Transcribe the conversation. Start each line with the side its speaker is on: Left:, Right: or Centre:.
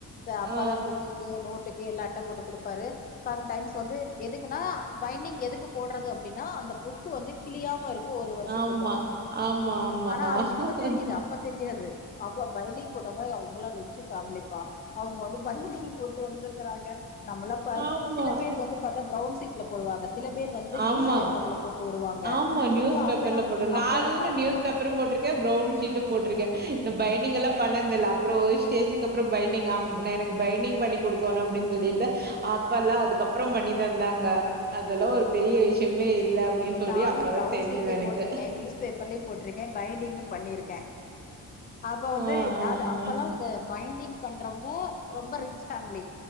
Left: சோ அப்ப
Right: ஆ
Left: தா புக்குக்கு நோட்டுக்கு எல்லா அட்ட போட்டு கொடுப்பாரு சம் டைம்ஸ் வந்து எதுக்குன்னா பைண்டிங் எதுக்கு போட்றது அப்டின்னா அந்த புக்கு வந்து கிளியாம இருக் கு ஒரு வருஷத்துக்கு
Right: ஆமா ஆமா ஆமா
Left: ஆனா அது இப்ப தெரியுது அப்ப தெரியா து அப்ப பைண்டிங் போட்ட தா அவங்கள்லா ரிச்சு ஃபேம்லிபா அவங்க வந்து பைண்டிங் போட்டு வந்திருக்காங் க நம்மளா பா
Right: ஆமா.
Left: சில பேர் வந்து பத்தா பிரவுன் சீட்ல போடுவாங்க சில பேர் வந்து
Right: ஆமா.
Left: நியூஸ் பேப்பர்ல போட்டு வருவாங்க
Right: ஆமா நியூஸ்
Left: சோ
Right: பேப்பர்ல
Left: அப்பல்லா
Right: போடும் நாலு
Left: அப்பல்லா பாத்தோனா
Right: நியூஸ் பேப்பரும் போட்டிருக்கே பிரவுன் ஷீட்டும் போட்டிருக்கே பைண்டிங்களா பண்ணந்தில்ல அப்புறம் ஒரு ஸ்டேஜக்கு அப்புறம் பண்டிங் எனக்கு பைண்டிங் பண்ணி கொடுக்கணும் அப்படின்னு சொல்லிட்டு அப் அப்பல்லாம் அதுக்கப்புறம் பண்ணி தந்தாங்க அதெல்லா ஒரு பெரிய விஷயமே இல்ல அப்படின்னு சொல்லி
Left: நானும்
Right: அப்பதான்
Left: பிரவுன்
Right: தெரிஞ்சது
Left: ஷீட்லயும்
Right: எனக்கு.
Left: போட்டிருக்கே நியூஸ் பேப்பர்லயும் போட்டிருக்கே பைண்டிங்கும் பண்ணியிருக்கே அப்ப வந்து
Right: ஆ, ஆ,
Left: அது அப்பல்லாம்
Right: ஆ.
Left: இந்த பைண்டிங் பண்றவங்க ரொம்ப ரிச் பேமிலி